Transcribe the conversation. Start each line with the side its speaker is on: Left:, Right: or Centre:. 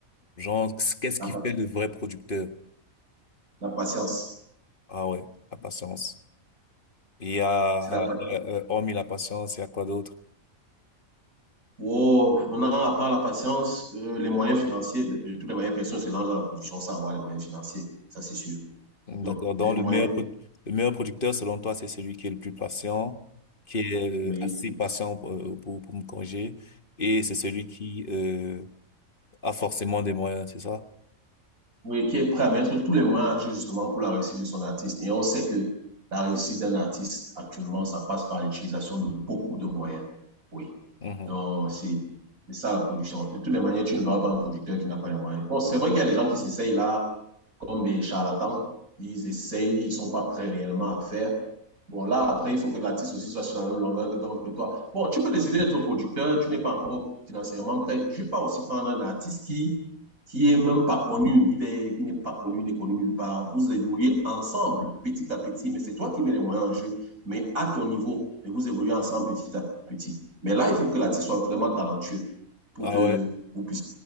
Left: Genre, qu'est-ce
Right: la,
Left: qui fait le vrai producteur?
Right: la patience.
Left: Ah ouais, la patience. Il y a,
Right: C'est la patience.
Left: euh, euh, euh, hormis la patience, il y a quoi d'autre?
Right: Wow, maintenant, à part la patience, euh, les moyens financiers, de, de toutes les manières, personne ne se lance dans la production sans avoir les moyens financiers, ça c'est sûr.
Left: Hum,
Right: Donc,
Left: D'accord.
Right: des
Left: Donc,
Right: moyens,
Left: le meilleur, pro- le meilleur producteur, selon toi, c'est celui qui est le plus patient, qui est
Right: oui.
Left: euh, assez patient euh, pour, pour me corriger, et c'est celui qui euh, a forcément des moyens, c'est ça?
Right: Oui, qui est prêt à mettre tous les moyens en jeu justement pour la réussite de son artiste. Et on sait que la réussite d'un artiste actuellement, ça passe par l'utilisation de beaucoup de moyens. Oui.
Left: Mhm.
Right: Donc, c'est c'est ça la production. De toutes les manières, tu ne verras pas un producteur qui n'a pas les moyens. Bon, c'est vrai qu'il y a des gens qui s'essayent là comme des charlatans. Ils essayent, ils sont pas prêts réellement à faire. Bon, là, après, il faut que l'artiste aussi soit sur la même longueur que donc, que toi. Bon, tu peux décider d'être producteur, tu n'es pas encore financièrement prêt. Je vais pas aussi prendre un artiste qui qui est même pas connu, il est, il n'est pas connu, il n'est connu nulle part. Vous évoluez ensemble, petit à petit, mais c'est toi qui mets les moyens en jeu, mais à ton niveau, mais vous évoluez ensemble petit à petit. Mais là, il faut que l'artiste soit vraiment talentueux pour
Left: Ah
Right: que
Left: ouais,
Right: vous puissiez